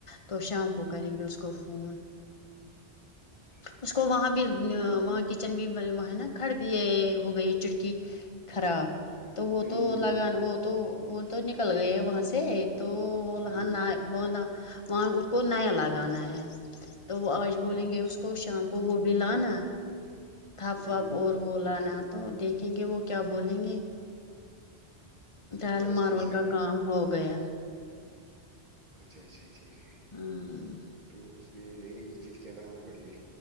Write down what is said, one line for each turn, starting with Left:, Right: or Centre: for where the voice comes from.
Left: تو شام کو کریں گے اس کو فون
Right: اچھا اچھا
Left: اس
Right: ٹھیک
Left: کو
Right: ہے
Left: وہاں بھی وہاں کچن بھی وہ ہے نا کھڑ یہ ہو گئی چٹکی خراب تو وہ
Right: ہوں
Left: تو
Right: ہوں
Left: لگان وہ تو وہ تو نکل گئے وہاں سے تو لاں
Right: ہوں
Left: نہ بولا وہاں اس کو نیا لگانا ہے تو وہ آج بولیں گے
Right: اچھا
Left: اس کو شام وہ وہ بلاانا تھپ
Right: ہوں
Left: واپ
Right: ہوں
Left: اور وہ لانا تو دیکھیں گے وہ کیا بولیں گے فیل
Right: ہاں اس
Left: مارول
Right: میں سار
Left: کا کام ہو گیا
Right: اچھا اچھا ٹھیک ہے
Left: ہاں
Right: تو اس میں نئی چٹکیاں لگانا پڑیں گی